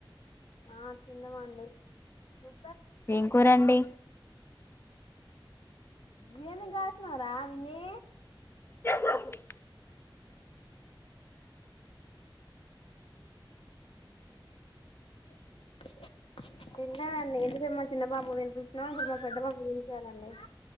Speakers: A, on the left; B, on the left.
A: ఆ తిన్నమండి నువ
B: ఏం కూరండి
A: ఇదన్న కాచినావుర విన్నీ
B: <unintelligible>
A: <unintelligible> తింటానండి ఇంతసేపు మా చిన్న బాబు తినిపించినా ఇప్పుడు మా పెద్ద బాబు తినిపియాలండి